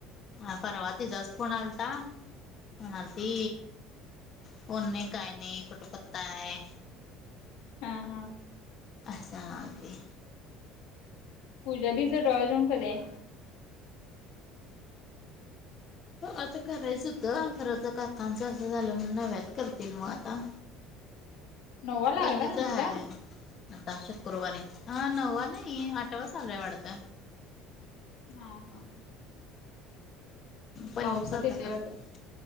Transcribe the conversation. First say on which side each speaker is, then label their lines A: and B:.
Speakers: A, on the left; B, on the left.
A: अ परवा तिचाच फोन आलता म्हणालती फोन नाही काय नाही कुट पत्ता आहे
B: हा हा
A: अस म्हणली
B: पूजा दिचं डोहाळ जेवन कधी आहे?
A: आता करायचं होतं तर आता काकांचं असं झालं नव्यात करतील मग आता.
B: नववा लागला
A: पल्लीच
B: नव्ह
A: आहे.
B: तिला? हा
A: आता शुक्रवारी अ नववा नाही आठावा चालूय वाढत.
B: हा हा
A: पल्लीच
B: पावसात
A: आता
B: येतय
A: करत
B: वाटत